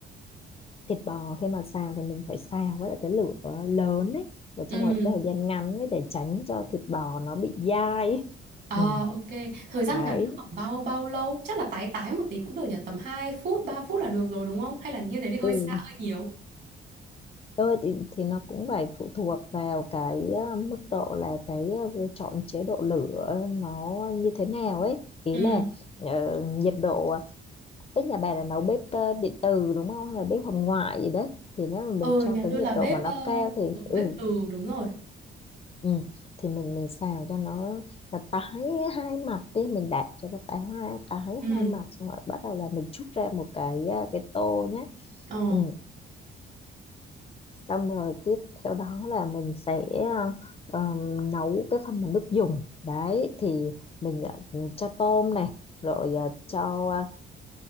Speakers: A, on the left; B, on the right.
A: thịt bò khi mà xào thì mình phải xào với lại cái lửa lớn ấy và
B: Ừ.
A: trong một cái thời gian ngắn ấy để tránh cho thịt bò nó bị dai ấy.
B: Ờ,
A: ừ,
B: ok. Thời gian
A: đấy
B: ngắn khoảng bao bao lâu? Chắc là tái tái một tí cũng được nhỉ? Tầm 2 phút, 3 phút là được rồi đúng không? Hay là như thế thì hơi
A: ừ
B: xa hơi nhiều.
A: thôi thì, thì nó cũng phải phụ thuộc vào cái ờ, mức độ là cái ờ, chọn chế độ lửa nó như thế nào ấy ý
B: Ừ.
A: là ờ, nhiệt độ cái nhà bà là nấu bếp ờ, điện từ đúng không hay là bếp hồng ngoại gì đấy thì nếu mà mình
B: Ừ,
A: cho
B: nhà
A: cái
B: tôi
A: nhiệt
B: là bếp
A: độ mà nó
B: ờ,
A: cao thì
B: ừ,
A: ừ
B: bếp từ đúng rồi.
A: ừ. thì mình mình xào cho nó là tái hai mặt đi mình đạp cho nó tái hai tái
B: ừ
A: hai mặt xong rồi bắt đầu là mình trút ra một cái à, cái tô nhé
B: ờ
A: ừ. xong rồi tiếp theo đó là mình sẽ à, ờm, nấu cái phần mà nước dùng đấy thì mình à, cho tôm này rồi à, cho à,